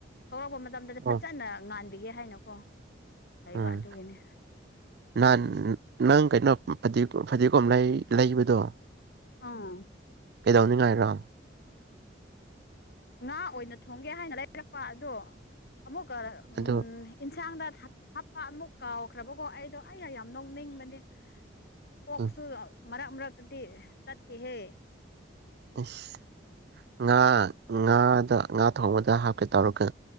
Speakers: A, on the left; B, on the right.
A: ꯊꯣꯛꯂꯛꯄ ꯃꯇꯝꯗꯗꯤ
B: ꯑꯣ
A: ꯐꯖꯥꯅ ꯉꯥꯟꯕꯤꯒꯦ ꯍꯥꯏꯅꯀꯣ ꯂꯩꯕ
B: ꯎꯝ
A: ꯑꯗꯨꯒꯤꯅꯦ
B: ꯅꯍꯥꯟ ꯅꯪ ꯀꯩꯅꯣ ꯐꯗꯤꯒꫭꯝ ꯐꯗꯤꯒꯣꯝ ꯂꯩꯕꯗꯣ
A: ꯑꯧ
B: ꯀꯩꯗꯧꯅꯤꯡꯉꯥꯏꯔꯣ
A: ꯉꯥ ꯑꯣꯏꯅ ꯊꯣꯡꯒꯦ ꯍꯥꯏꯅ ꯂꯩꯔꯛꯄ ꯑꯗꯣ ꯑꯃꯨꯛꯀꯥ ꯎꯝ
B: ꯑꯗꯨ
A: ꯏꯟꯁꯥꯡꯗ ꯊ ꯍꯥꯞꯄ ꯑꯃꯨꯛ ꯀꯥꯎꯈ꯭ꯔꯕꯀꯣ ꯑꯩꯗꯣ ꯑꯩꯌꯥ ꯌꯥꯝ ꯅꯣꯛꯅꯤꯡꯕꯅꯦ ꯀꯣꯛꯁꯨ
B: ꯎꯝ
A: ꯃꯔꯛ ꯃꯔꯛꯇꯗꯤ ꯆꯠꯇꯦꯍꯦ
B: ꯏꯁ ꯉꯥ ꯉꯥꯗ ꯉꯥ ꯊꯣꯡꯕꯗ ꯍꯥꯞꯀꯦ ꯇꯧꯔꯛꯀ